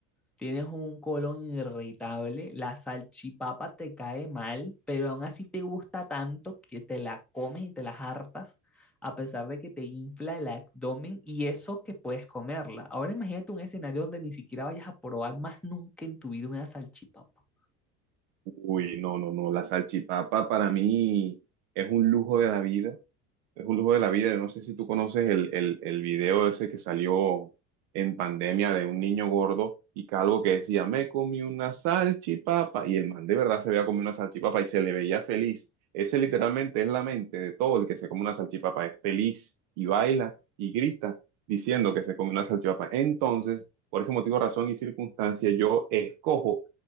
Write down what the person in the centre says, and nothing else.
Tienes un colon irritable, la salchipapa te cae mal, pero aún así te gusta tanto que te la comes y te las hartas, a pesar de que te infla el abdomen y eso que puedes comerla. Ahora imagínate un escenario donde ni siquiera vayas a probar más nunca en tu vida una salchipapa.